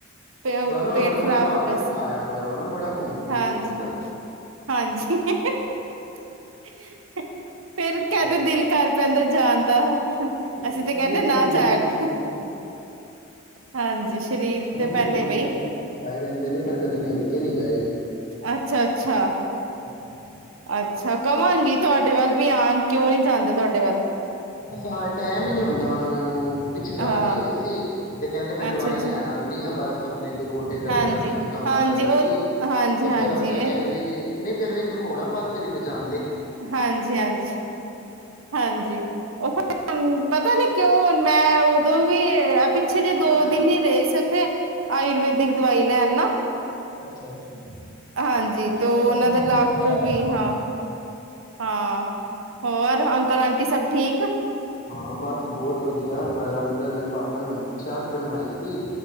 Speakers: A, on the right; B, on the left.
A: ਪਿਓ
B: ੜਾ ਨਾ ਉਹਨਾ
A: ਪੇਟ
B: ਨੂੰ
A: ਖ਼ਰਾਬ
B: ਨਾ ਕਾਰ
A: ਹੋ ਗਿਆ
B: ਬਿਠਾਇਆ
A: ਸੀ
B: ਕਰੋ ਨਾ ਬੜਾ ਘੁੰਮਦੀ
A: ਹਾਂਜੀ
B: ਹੈਗੇ ਨੇ ਹਨਾ।
A: ਹਾਂਜੀ <unintelligible> ਫੇਰ ਕਹਿੰਦੇ
B: ਹੋਰ
A: ਦਿਲ ਕਰ ਪੈਂਦਾ ਜਣ ਵਾਹ
B: ਦੇਖੋ
A: ਅਸੀਂ
B: ਸਰੀਰ
A: ਤੇ ਕਹਿੰਦੇ ਨਾ
B: ਦਾ ਵੀ ਵੇਖਣਾ
A: ਜਾਗ
B: ਪੈਂਦਾ
A: ਹਾਂਜੀ ਸਰੀਰ
B: ਹਾਂ
A: ਤੇ
B: ਇਹ
A: ਪਹਿਲੇ
B: ਮਹੀਨੇ
A: ਬਈ
B: ਸਾਡੇ ਬੱਚੇ ਆਏ ਰਹਿੰਦੇ ਨੇ ਪਰ ਕਦੇ ਮਿਲ ਕੇ ਨਹੀਂੀ ਗਏ
A: ਅੱਛਾ ਅੱਛਾ
B: ਹਮ
A: ਅੱਛਾ ਕਵਾਂਗੀ ਤੁਹਾਡੇ ਵੱਲ ਵੀ ਆਉਣ ਕਿਉਂ ਨੀ ਜਾਂਦੇ ਤੁਹਾਡੇ ਵੱਲ
B: ਬਸ ਹ ਟਾਈਮ ਹੀ ਨੀ ਹੁੰਦਾਨਾ ਨੂੰ ਪਿੱਛੇ ਗੱਲ
A: ਹਾਂ
B: ਜਿ ਹੋਈ ਸੀ ਤੇ ਕਹਿੰਦੇ ਮੈਂ
A: ਅੱਛਾ
B: ਦਵਾਈ
A: ਅੱਛਾ
B: ਲੈਣ ਆਉਂਦੀ ਹਾਂ ਬਸ ਆਪਣੇ ਗੋਡੇ ਦਰਦਾਂ
A: ਹਾਂਜੀ,
B: ਦੀ ਤੇ ਕਮਰ
A: ਹਾਂਜੀ
B: ਦਰਦ
A: ਉਹ
B: ਦੀ
A: ਹਾਂਜੀ,
B: ਤੇ
A: ਹਾਂਜੀ
B: ਫੇਿਰ ਆਪਣਾ
A: ਇਹ
B: ਕਹਿੰਦੀ ਨਹੀਂ ਫੇਿਰ ਵੀ ਇੱਕ ਹੋਰਾਂ ਪਾਸੇ ਵਿੱਚ ਜਾਂ
A: ਹਾਂਜੀ ਹਾਂਜੀ ਹਾਂਜੀ ਉਹ ਫ ਪਤਾ ਨੀ ਕਿਉਂ ਮੈਂ ਉਦੋਂ ਵੀ ਪਿੱਛੇ ਜੇ
B: ਉਹਨਾਂ
A: ਦੋ
B: ਦਾ
A: ਦਿਨ ਹੀ ਰਹੇ ਸੀ ਉੱਥੇ ਆਯੁਰਵੇੈਦਿਕ ਦਵਾਈ ਲੈਣ ਨ
B: ਅੱਛਾ -ਅੱਛਾ
A: ਹਾਂਜੀ
B: ਚਲੋ
A: ਤੇ ਉਹਨਾਂ
B: ਕੋਈ ਨੀ
A: ਦਾ ਲੱਕ
B: ਫੇਰ ਆ
A: ਵੀ
B: ਜਾਂਗੇ
A: ਹਾਂ -ਹਾਂ। ਹੋਰ ਅੰਕਲ ਆਂਟੀ ਸਭ ਠੀਕ
B: ਹਾਂ ਬਸ ਬਹੁਤ ਵਧੀਆ ਜੀ <unintelligible> ਕੱਲ ਮੇਰੇ ਪਾਪਾ ਨੇ ਮੈਨੂੰ ਪੁਛਿਆ ਅੱਖ ਬਣਵਾਈ ਸੀ।